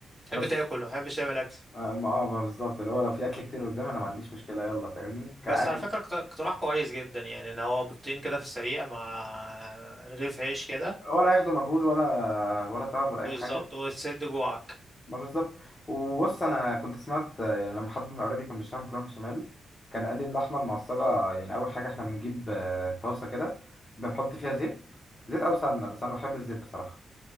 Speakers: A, in the centre; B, on the left (about 20°).
A: تحب
B: بس
A: تاكل ما تحبش تعمل اكل
B: ما ما- آه، ما بالظبط اللي هو لو في اكل كتير قدام انا ما عنديش مشكله يلا فاهمني كاكل
A: بس على فكره اقت- اقتراح كويس جدا يعني ان هو بيضتين كده في السريع مع رغيف عيش كده
B: ولا ياخدوا مجهود ولا ولا تعب ولا
A: بالظبط
B: اي حاجه
A: وتسد جوعك
B: ما بالظبط وبص انا كنت سمعت آه، يعني لما حد من قرايبي كان بيشتغل مكرونه بشاميل كان قال لي اللحمه المعصجه يعني اول حاجه احنا بنجيب آه، طاسه كده بنحط فيها زيت زيت او سمنه بس انا بحب الزيت بصراحه